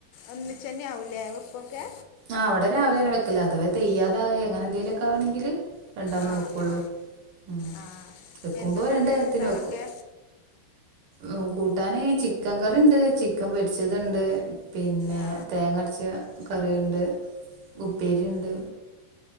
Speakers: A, on the left; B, on the right.
A: ഒന്നിച്ചന്നെ ആവൂലേ വെപ്പൊക്കെ
B: ആ അവടെ രാവിലെനെ വെക്കല് അഥവാ തെയ്യാതാവേ അങ്ങനെ എന്തെലൊക്കെ ആ വാണെങ്കില് രണ്ടാമ
A: ആ
B: വെക്കൊള്ളൂ
A: ആ
B: ഉം
A: ആ
B: വെക്കുമ്പോ
A: എന്തെന്നിട്ട്
B: രണ്ടേര്ത്തിന്
A: കൂട്ടാനൊക്കെ
B: വെക്കും ഉം കൂട്ടാന് ചിക്കകറിണ്ട് ചിക്കം പൊരിച്ചത്ണ്ട് പിന്നെ
A: ആ
B: തേങ്ങ അടച്ച കറിയുണ്ട് ഉപ്പേരി ഇണ്ട്